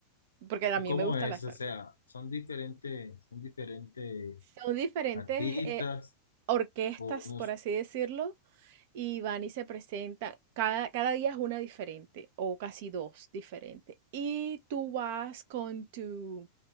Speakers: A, on the right; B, on the left.
A: porque a
B: y
A: mí
B: cómo
A: me gusta
B: es?
A: la salsa.
B: O sea, son diferentes, son diferentes
A: Son diferentes,
B: artistas
A: eh, orquestas,
B: o unos...
A: por así decirlo, y van y se presentan. Cada, cada día es una diferente, o casi dos diferentes. Y tú vas con tu,